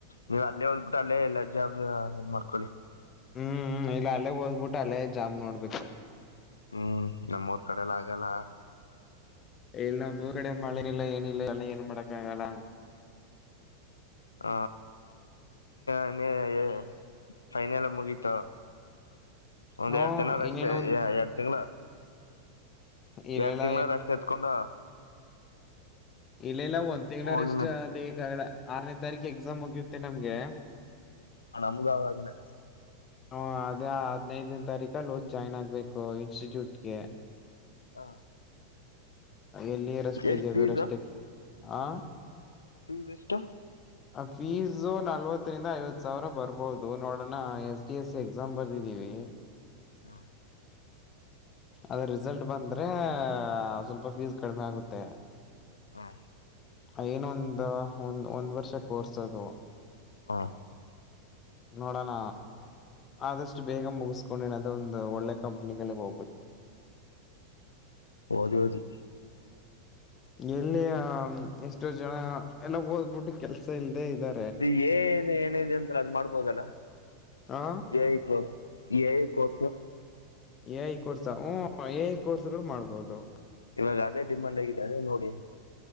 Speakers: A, on the left; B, on the left.
A: ನೀವ್ ಅಲ್ಲೇ ಹೋದ್ಬಿಟ್ಟು ಅಲ್ಲೇ ಎಲ್ಲ ಜಾಬ್ ನ್ ಮಾಡ್ಕೊಳ್ಳಿ.
B: ಹ್ಮ್ ಇಲ್ಲ ಅಲ್ಲೇ ಓದ್ಬಿಟ್ಟು ಅಲ್ಲೇ ಜಾಬ್ ನೋಡ್ಬೇಕು.
A: ಹ್ಮ್ ನಮ್ಮೂರ್ ಕಡೆಲ್ಲ ಆಗಲ್ಲ.
B: ಎಲ್ ಮುನ್ನೂರ ಕಡೆ ಮಳೆನಲ್ಲ ಏನಿಲ್ಲ ಎಲ್ಲ ಏನ್ ಮಾಡಕ್ ಆಗಲ್ಲ.
A: ಹ ನೀ. ಫೈನಲ್ ಮುಗೀಿತಾವ ಒಂದ್
B: ಹ್ಮ
A: ಎರಡ್ ದಿನದಷ್ಟೇ
B: ಇನ್ನೇನು ಒಂದ್
A: ಎರಡ್ ತಿಂಗಗಳ.
B: ಇಲ್ಲೆಲ್ಲ
A: ಎರಡ್ ತಿಂಗ್ಗಳು ರಷ್ಟಟ್ ಎತ್ಕೊಂಡು.
B: ಇಲ್ಲ ಇಲ್ಲ ಒಂದ್ ತಿಂಗಳೂರಷ್ಟು
A: ಹೋಗಿನ
B: ಅದೇಾಗಲ ಆರನೇ ತಾರೀಕು ಎಕ್ಸಾಮ್ ಹೋಗ್ಯುತ್ತೆ ನಮ್ಗೆ.
A: ಹ ನಮ್ನ್ನೆ.
B: ಹ ಅದೇ ಹದ್ೈದನೇ ತಾರೀಕಲ್ಲಿ ಹೋಗ್ ಜಾಯ್ನ್ ಆಗ್ಬೇಕು ಇನ್ಸ್ಟಿಟ್ಯೂಟ್ಗೆ.
A: ಹ
B: ಎಲ್ಲಿ ರಸ್ತೆಗೆ
A: ಎಷ್ಟ್
B: ಅದು
A: ಫೀಸ್
B: ರಸ್ತೆ ಹ.
A: ಫೀಸ್ ಎಷ್ಟ.
B: ಫೀಸ್ು ನಲ್ವತ್ತರಿಂದ ಐವತ್ ಸಾವಿರ ಬರ್ಬೋದು ನೋಡೋಣ ಎಸ್. ಟಿ ಎಸ್ ಎಕ್ಸಾಮ್ ಬರ್ದಿದ್ದೀವಿ.
A: ಹಾ.
B: ಅದ್ರ ರಿಸಲ್ಟ್ ಬಂದ್ರೆ ಸ್ವಲ್ಪ ಫೀಸ್ ಕಡಿಮೆ ಆಗುತ್ತೆ.
A: ಹಾ.
B: ಅ ಇನೊಂದು ಒಂದು ಒಂದ್ ವರ್ಷ ಕೋರ್ಸ್ ಅದು.
A: ಹಾ.
B: ನೋಡೋಣ ಆದಷ್ಟು ಬೇಗ ಮುಗಸಕೊಂಡು ಏನಾದ್ ಒಂದು ಒಳ್ಳೆ ಕಂಪ್ನಿಗಳಗ್ ಹೋಗ್ಬೇಕು.
A: ಓದಿ, ಓದಿ
B: ಎಲ್ಲಿಯ ಎಷ್ಟೋ ಜನ ಎಲ್ಲ ಓದ್ಬಿಟ್ಟು ಕೆಲ್ಸ ಇಲ್ದೆೇ ಇದ್ದಾ
A: ಇದು ಎ ಐದ ಏನ ಇದೆ ಅಂತಲ್ಲಾ ಅದ ಮಾಡ್ಬೋದಲ್ಲ.
B: ಆ
A: A I <unintelligible> A I course.
B: A I course ಹ್ ಎ ಐ ಕೋರ್ಸ್ಗಳು ಮಾಡ್ಬೋದು.
A: ಇವಾಗ ಅದೇ ಡಿಮಾಂಡ್ ಆಗಿದೆ ಅದೇ ನೋಡಿ.